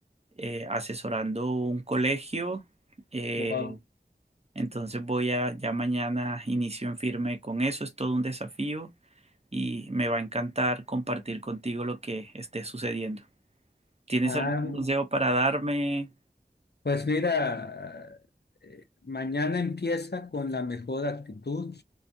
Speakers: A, on the right; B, on the left.
A: eh, asesorando un colegio. eh,
B: Wow.
A: Entonces voy a, ya mañana inicio en firme con eso, es todo un desafío y me va a encantar compartir contigo lo que esté sucediendo. ¿Tienes
B: Ah,
A: algún consejo para darme
B: pues mira, eh, mañana empieza con la mejor actitud,